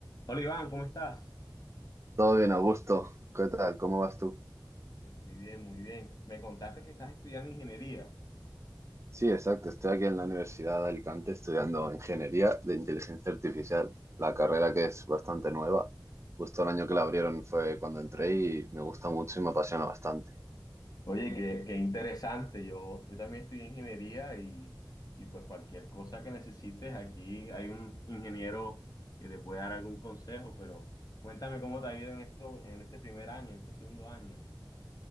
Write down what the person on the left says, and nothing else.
Hola Iván, ¿cómo estás?
Eh, Muy bien, muy bien. Me contaste que estás estudiando ingeniería.
Oye, qué, qué interesante. Yo, yo también estudié ingeniería y, y pues cualquier cosa que necesites, aquí hay un ingeniero que te puede dar algún consejo, pero cuéntame cómo te ha ido en esto, en este primer año, en este segundo año.